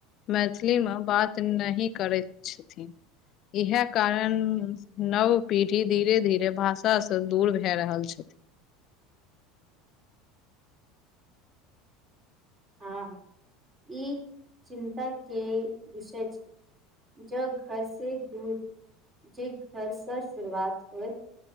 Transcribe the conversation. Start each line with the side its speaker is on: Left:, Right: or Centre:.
Left: मैथिली में बात नही करैत छथिन इएह कारण नव पीढ़ी धीरे धीरे भाषा स दूर भए रहल छथिन
Right: हँ ई चिन्ता के विषय छै ज घरसे दूर जे घरस शुरुआत होइ